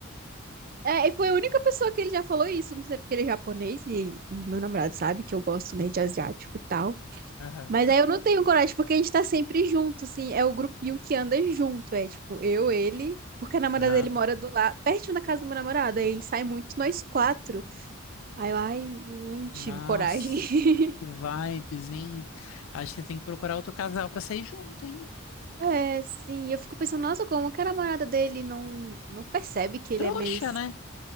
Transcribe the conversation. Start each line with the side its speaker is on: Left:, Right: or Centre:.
Right: é, e foi a única pessoa que ele já falou isso, não sei porque ele é japonês e, e meu namorado sabe que eu gosto, né, de asiático e tal.
Left: Aham.
Right: Mas aí eu não tenho coragem, porque a gente tá sempre junto, assim, é o grupinho que anda junto, é tipo, eu, ele, porque a namorada
Left: Aham.
Right: dele mora do lado, pertinho da casa do meu namorado, aí sai muito nós quatro. Aí eu, ai, não tive
Left: Nossa,
Right: coragem. <laughs>
Left: que vibes, hein? Acho que tem que procurar outro casal pra sair junto, hein?
Right: É, sim, eu fico pensando, nossa, como que a namorada dele não, não percebe que ele
Left: Trouxa,
Right: é meio... es-
Left: né?